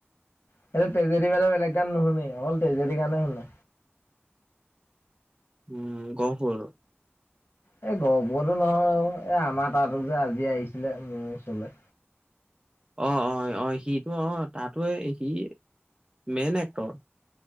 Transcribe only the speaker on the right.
উম গহপুৰটো?
অ-অ-অ সিটো, অ তাতো সি মেইন এক্টৰ।